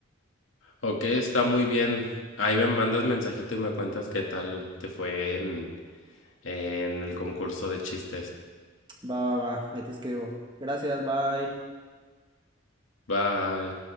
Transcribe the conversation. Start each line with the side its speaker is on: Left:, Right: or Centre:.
Left: Ok, está muy bien. Ahí me mandas mensajito y me cuentas qué tal te fue en, en el concurso de chistes.
Right: Va, va, va, ahí te escribo. Gracias, bye.
Left: Bye.